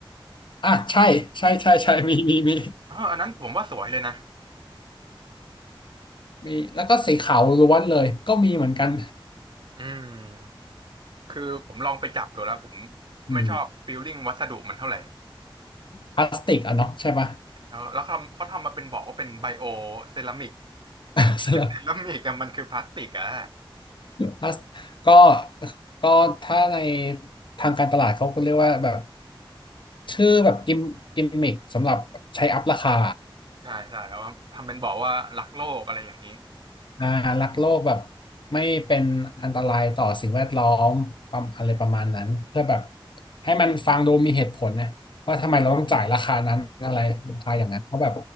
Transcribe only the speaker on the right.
เนี่ยเอออันนั้นผมว่าสวยเลยนะ
อืมคือผมลองไปจับดูแล้วผม
ไม่ชอบฟีลลิ่งวัสดุมันเท่าไหร่
แล้วแล้วเขาเขาทำมาเป็นบอกว่าเป็นไบโอเซรามิก
มันไม่ใช่เซรามิกอะมันคือพลาสติกอะ
ใช่ใช่เอามาทำเป็นบอกว่ารักโลกอะไรอย่างนี้